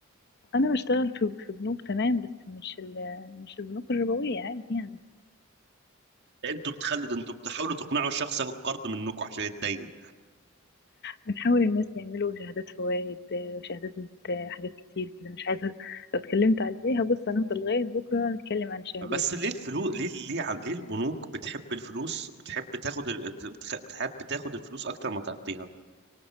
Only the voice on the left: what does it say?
انا بشتغل في في بنوك تمام بس مش ال... مش البنوك الربويه عادي يعني
بنحاول الناس يعملوا شهادات فوائد شهادات حاجات كتير كده مش عايزه لو اتكلمت عليها بص هنفضل لغايه بكره نتكلم عن الشهادات